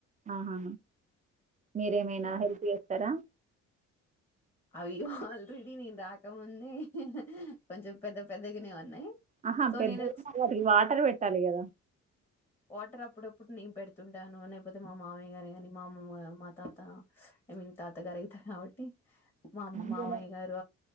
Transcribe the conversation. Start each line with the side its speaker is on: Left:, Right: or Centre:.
Right: ఆహా మీరేమైనా
Left: యా
Right: హెల్ప్ చేస్తారా
Left: అయ్యో ఆల్రెడీ నేను రాకముందే కొంచెం పెద్ద పెద్దగానే ఉన్నాయి
Right: ఆహా
Left: సో
Right: పెద్దైనా
Left: నేను వచ్చి
Right: వాటికి వాటర్ పెట్టాలి కదా
Left: వాటర్ అప్పుడప్పుడు నేను పెడుతుంటాను లేకపోతే మా మామయ్య గారు గాని మా అమమ్మ మా తాత ఐ మీన్ తాత గారు అయితే కాబట్టి మా
Right: మందుల
Left: మామయ్య గారు